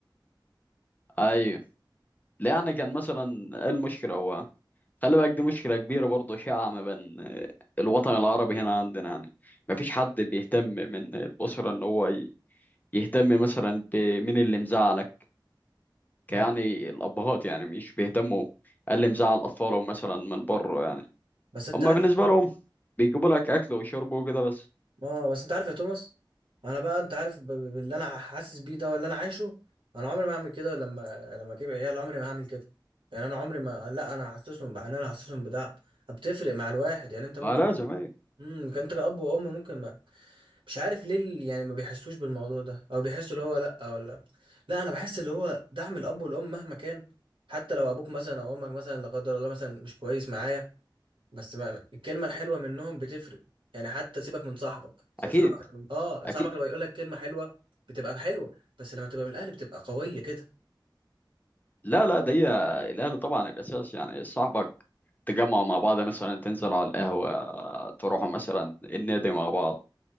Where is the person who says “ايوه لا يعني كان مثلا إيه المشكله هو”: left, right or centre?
Left